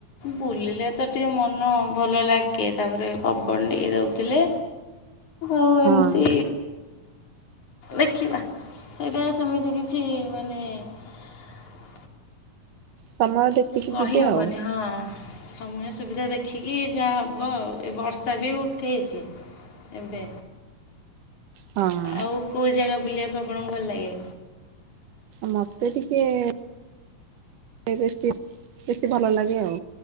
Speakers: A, on the left; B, on the right.
A: ବୁଲିଲେ ତ ଟିକେ ମନ ଭଲ ଲାଗେ। କିଏ ତାପରେ ପବନ ଟିକଏ ଦେଉଥିଲେ ଆଉ
B: ହଁ
A: ଏମ୍ତି। ଦେଖିବା ସେଇଟା ସେମିତି କିଛି ମାନେ ଉଁ
B: ସମୟ ଦେଖିକି
A: କହିହେବନି
B: ଯିବେ ଆଉ।
A: ହଁ ସମୟ ସୁବିଧା ଦେଖିକି ଯାହା ହେବ ଆଉ ଏ ବର୍ଷା ବି ଉଠେଇଛି। ଏବେ।
B: ହଁ।
A: ଆଉ କୋଉ ଜାଗା ବୁଲିବାକୁ ଆପଣଙ୍କୁ ଭଲ ଲାଗେ।
B: ମତେ ଟିକେ ଏ ବେଶୀ ବେଶୀ ଭଲ ଲାଗେ ଆଉ